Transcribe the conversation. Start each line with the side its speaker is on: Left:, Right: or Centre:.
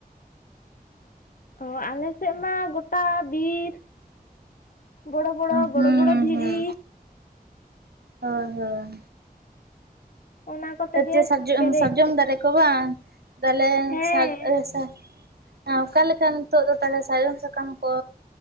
Left: ᱚ ᱟᱞᱮᱥᱮᱫ ᱢᱟ ᱜᱚᱴᱟ ᱵᱤᱨᱼᱼ ᱵᱚᱲᱚ ᱵᱚᱲᱚ,
Right: ᱦᱩᱸ ᱦᱩᱸ
Left: ᱵᱚᱲᱚ ᱵᱚᱲᱚ ᱫᱷᱤᱨᱤᱼᱼ
Right: ᱦᱚᱭ ᱦᱚᱭ
Left: ᱚᱱᱟ ᱠᱚᱛᱮ
Right: ᱥᱟᱨᱡᱚ
Left: ᱜᱮ
Right: ᱥᱟᱨᱡᱚᱢ,
Left: ᱯᱮᱨᱮᱡ
Right: ᱥᱟᱨᱡᱚᱢ
Left: ᱟᱠᱟᱱᱟ
Right: ᱫᱟᱨᱮ ᱠᱚ ᱵᱟᱝ ᱛᱟᱦᱞᱮ
Left: ᱦᱮᱸ
Right: ᱥᱟᱡ ᱮ <unintelligible> ᱚ ᱚᱠᱟᱞᱮᱠᱟ ᱱᱤᱛᱚᱜ ᱫᱚ ᱛᱟᱦᱚᱞᱮ ᱥᱟᱨᱚᱢ ᱥᱟᱠᱟᱢ ᱠᱚ?